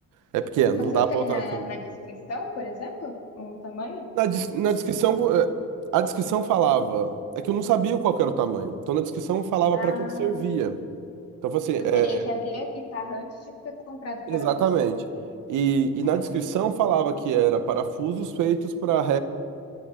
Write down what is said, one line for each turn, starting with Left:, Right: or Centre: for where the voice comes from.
Right: é pequeno,
Left: Mas
Right: não dá
Left: não
Right: pra
Left: tem
Right: usar
Left: na,
Right: também.
Left: na descrição, por exemplo, o tamanho
Right: Na, dis- na
Left: do
Right: descrição,
Left: parafuso?
Right: vo- é, a descrição falava. É que eu não sabia qual que era o tamanho. Então na descrição falava
Left: Ah,
Right: pra que que servia. Então eu falei
Left: tu
Right: assim,
Left: teria
Right: é,
Left: que abrir a guitarra antes de ter comprado o
Right: exatamente.
Left: parafuso.
Right: E, e
Left: Caraca.
Right: na descrição falava que era parafusos feitos para